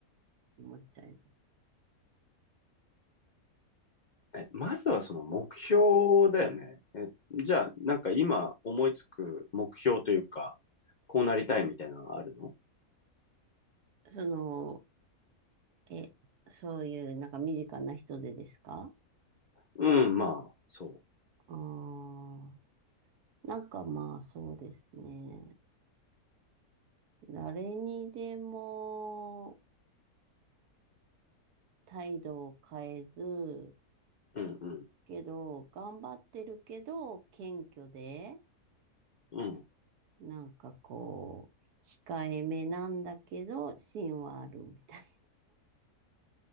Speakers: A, on the right (about 85°); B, on the left (about 45°).
A: 思っちゃいます。
B: え、まずはその目標だよね。え、じゃあなんか今思いつく目標というか、こうなりたいみたいなのはあるの
A: その、え、そういうなんか身近な人でですか
B: うん、まあ、そ
A: ああなんかまあそうですね。誰にでも態度を変えず、
B: う。うん、うん、
A: けど、頑張ってるけど、謙虚で、
B: うん、
A: なんかこう、控えめなんだけど、芯はあるみたい